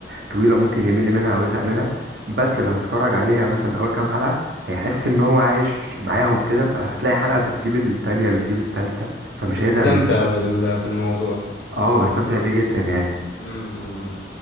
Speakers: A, on the right; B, on the left.
A: طويلة ممكن يمل منها أو يزهق منها بس لو اتفرج عليها مثلا أول كام حلقة هيحس إن هو عايش معاهم كده فهتلاقي حلقة بتجيب التانية بتجيب التالتة فمش
B: بتستمتع
A: هيزهق منه
B: بال... بالموضوع
A: اه بستمتع بيه جدا يعني
B: امم